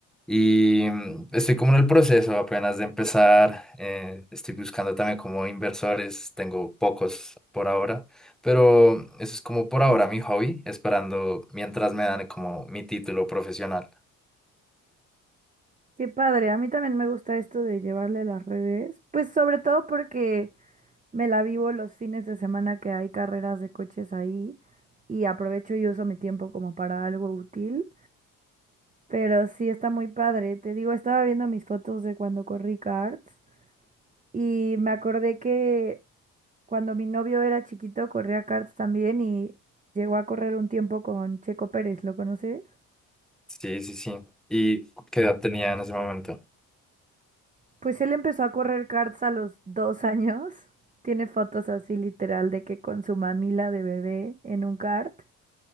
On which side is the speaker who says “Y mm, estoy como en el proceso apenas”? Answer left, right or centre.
Centre